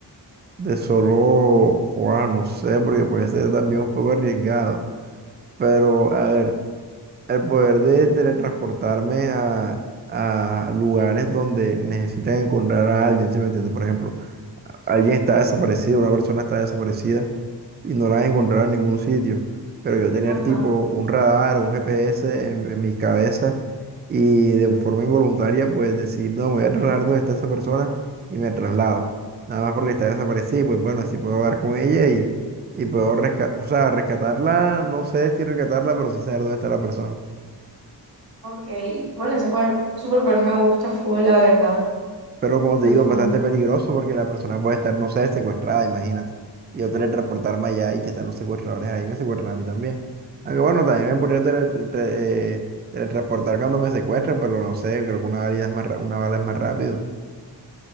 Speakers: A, on the right (about 25°); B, on the right (about 55°).
A: de solo jugar, no sé, porque puede ser también un poco arriesgado. Pero, a ver, el poder de teletransportarme a, a lugares donde necesitan encontrar a alguien, ¿sí me entiendes? Por ejemplo, alguien está desaparecido, una persona está desaparecida. y no la han encontrado en ningún sitio. Pero yo tener
B: Ajá,
A: tipo un radar o un GPS en, en mi cabeza y de forma involuntaria pues decir, no, me voy a trasladar donde está esa persona y me traslado. Nada más porque está desaparecida y pues bueno, así puedo hablar con ella y, y puedo rescatar, o sea, rescatarla, no sé si rescatarla, pero sí saber dónde está la persona.
B: ok. Bueno, ese poder- superpoder me gusta full, la verdad.
A: Pero como te
B: Full,
A: digo,
B: full.
A: es bastante peligroso porque la persona puede estar, no sé, secuestrada, imagínate. Y yo teletransportarme allá y que están los secuestradores ahí, me secuestran a mí también. Aunque bueno, también me podría tele- te- eh, teletransportar cuando me secuestren, pero no sé, creo que una bala es más, ra- una bala es más rápido.